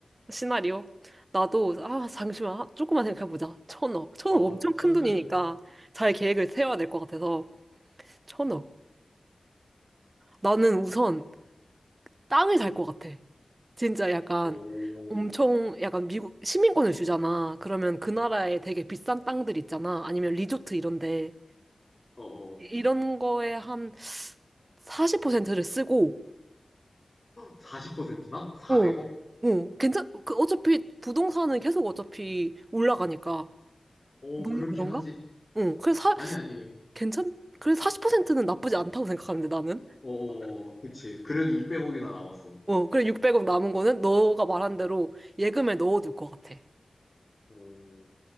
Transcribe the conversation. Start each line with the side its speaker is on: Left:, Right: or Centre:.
Right: 시나리오? 나도, 아, 잠시만. 아, 조금만 생각해보자. 천억. 천억
Left: 어,
Right: 엄청
Left: 천천히.
Right: 큰 돈이니까 잘 계획을 세워야 될 것 같아서. 천억. 나는 우선 땅을 살 것 같아. 진짜 약간
Left: 오,
Right: 엄청, 약간 미국 시민권을 주잖아. 그러면 그 나라에 되게 비싼 땅들 있잖아. 아니면 리조트 이런데.
Left: 어, 어.
Right: 이런 거에 한 40%를 쓰고,
Left: 40%나? 400억?
Right: 응. 어, 괜찮, 그 어차피 부동산은 계속 어차피 올라가니까.
Left: 오,
Right: 너무
Left: 그렇긴
Right: 그런가?
Left: 하지.
Right: 응. 그래서
Left: 아니, 아니.
Right: 괜찮, 그래 40%는 나쁘지 않다고 생각하는데 나는.
Left: 어어어. 그치. 그래도 600억이나 남았어.
Right: 어, 그래 600억 남은 거는 너가 말한 대로 예금에 넣어둘 것 같아.
Left: 어,